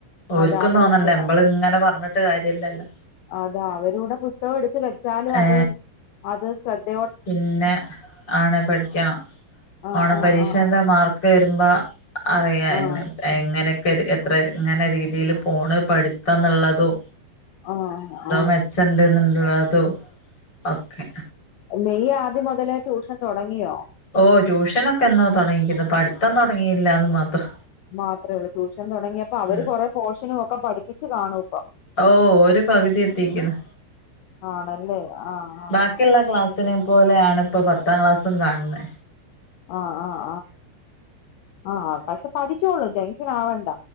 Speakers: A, on the left; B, on the left.
A: ഓര്ക്കും
B: അതാണ്
A: തോന്നണ്ടേ
B: വിഷയം
A: നമ്മളിങ്ങനെ പറഞ്ഞിട്ട് ട്ട് കാര്യല്ലല്ലോ
B: അതാ അവരൂടെ പുസ്തകം എടുത്ത് വെച്ചാലും
A: ഏ
B: അത് അത് ശ്രദ്ധ
A: പിന്നെ ആണ് പഠിക്കണം
B: ആഹ്
A: ഓണ
B: ആഹ്
A: പരീക്ഷേന്റെ
B: ആഹ്
A: മാർക്ക് വരുമ്പോ അറിയാം
B: ആഹ്
A: ന്ന് എങ്ങനെ എത്ര ഇങ്ങനെ രീതിയില് പോണ് പഠിത്തം എന്നുള്ളതും
B: ആഹ്
A: എന്തോ
B: ആഹ്
A: മെച്ചണ്ട് എന്നുള്ളതോ ഓക്കെ
B: മെയ് ആദ്യം മുതലേ ട്യൂഷൻ തുടങ്ങിയോ?
A: ഓ ട്യൂഷനൊക്കെ എന്നോ തുടങ്ങിരിക്കുന്നു പഠിത്തം തൊടങ്ങിയില്ലാന്ന് മാത്രം.
B: മാത്രേ ഉള്ളൂ ട്യൂഷൻ തുടങ്ങിയപ്പോ അവര്
A: ഉം
B: കൊറേ പോർഷനും ഒക്കെ പഠിപ്പി <unintelligible> കാണോ.
A: ഓ ഒരു പകുതി എത്തിക്കുന്നു
B: ആണല്ലേ ആഹ്
A: ബാക്കിയുള്ള
B: ആഹ്
A: ക്ലാസ്സ് എട്ടിനെ പോലെയാണ് ഇപ്പോ പത്താം ക്ലാസ്സും കാണുന്നേ
B: ആഹ് ആഹ് ആഹ് ആഹ് പക്ഷെ പഠിച്ചോളും. ജംഗ്ഷൻ ആവണ്ട.